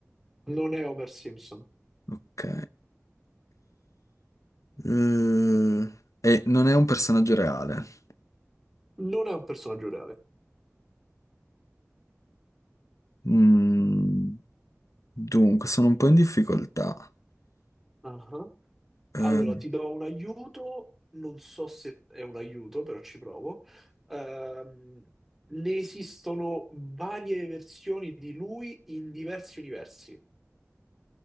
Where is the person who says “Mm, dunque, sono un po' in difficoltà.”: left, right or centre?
Left